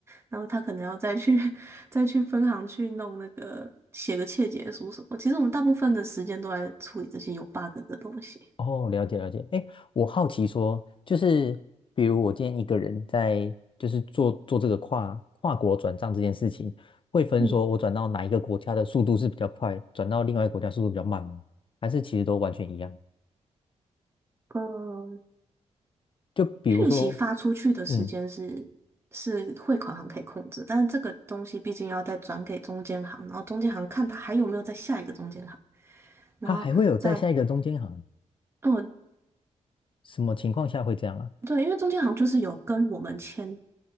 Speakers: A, on the right; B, on the left.
A: 然后他可能要再去 <laughs> 再去分行去弄那个写个窃结书什么。其实我们大部分的时间都在处理这些有 bug 的东西。
B: 哦，了解了解。哎，我好奇说，就是比如我今天一个人在，就是做做这个跨跨国转账这件事情，会分说我转到哪一个国家的速度是比较快，
A: 嗯，
B: 转到另外一个国家速度比较慢吗？还是其实都完全一样？
A: 呃，
B: 就比如说，
A: 讯息发出去的时间是是汇款行可以控制，
B: 嗯，
A: 但是这个东西毕竟要再转给中间行，然后中间行看他还有没有在下一个中间行。然后再，
B: 他还会有在下一个中间行，
A: 嗯，
B: 什么情况下会这样啊？
A: 对，因为中间好像就是有跟我们签，